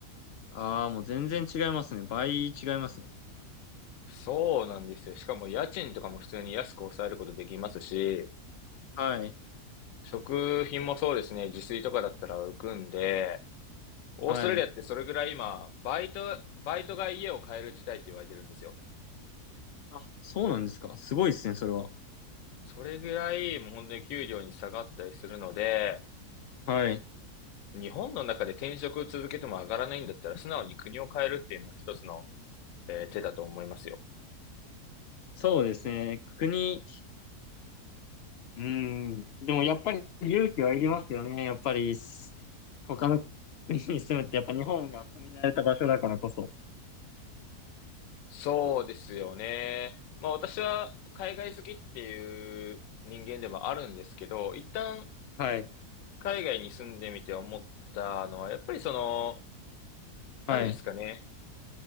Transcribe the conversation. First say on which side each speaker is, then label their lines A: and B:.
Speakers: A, on the left; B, on the left.
A: ああ、もう全然違いますね。倍違いますね。
B: そうなんですよ。しかも家賃とかも普通に安く抑えることできますし、
A: はい。
B: 食品もそうですね、自炊とかだったら浮くんで、オーストラリアってそれぐらい今、
A: はい。
B: バイト、バイトが家を買える時代って言われてるんですよ。
A: あ、そうなんですか。すごいですね、それは。
B: それぐらいもう本当に給料に下がったりするので、
A: はい。
B: 日本の中で転職続けても上がらないんだったら、素直に国を変えるっていうのは一つの、えー手だと思いますよ。
A: そうですね。国、うーん。でもやっぱり勇気はいりますよね。やっぱり、他の <laughs> 国に住むってやっぱ日本が住み慣れた場所だからこそ。
B: そうですよね。まあ私は海外好きっていう人間でもあるんですけど、一旦
A: はい。
B: 海外に住んでみて思ったのは、やっぱりその、何ですかね。
A: はい。